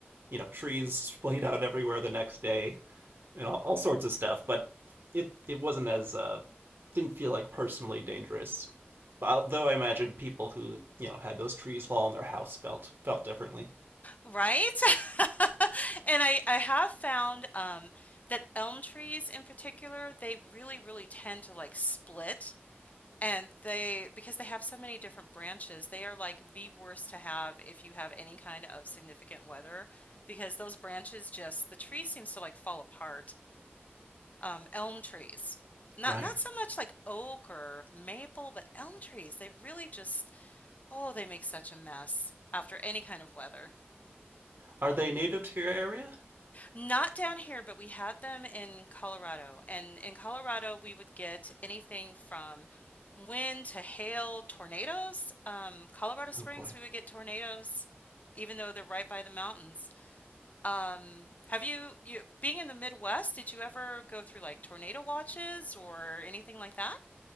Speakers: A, on the right; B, on the left.
A: you know, trees splayed out everywhere the next day, and all, all sorts of stuff. But it it wasn't as uh, didn't feel like personally dangerous. Although I imagine people who you know had those trees fall on their house felt felt differently.
B: Right? <laughs> And I, I have found um, that elm trees in particular, they really, really tend to like split. And they, because they have so many different branches, they are like the worst to have if you have any kind of significant weather, because those branches just, the tree seems to like fall apart. Um, elm trees. Not
A: Right?
B: not so much like oak or maple, but elm trees, they really just, oh, they make such a mess after any kind of weather.
A: Are they native to your area?
B: Not down here, but we had them in Colorado. And in Colorado, we would get anything from wind to hail, tornadoes. Um, Colorado Springs,
A: Oh boy.
B: we would get tornadoes, even though they're right by the mountains. Um, have you, you, being in the Midwest, did you ever go through like tornado watches or anything like that?